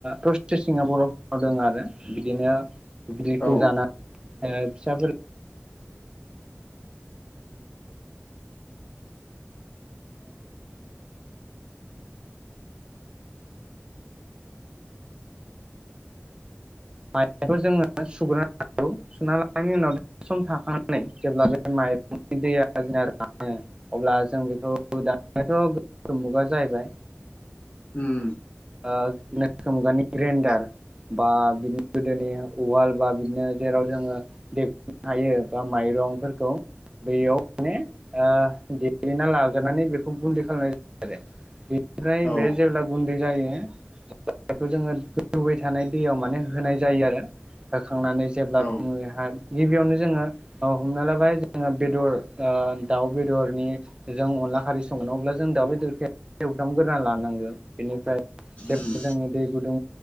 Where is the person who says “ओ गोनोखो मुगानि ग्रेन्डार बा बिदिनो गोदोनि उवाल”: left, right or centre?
Right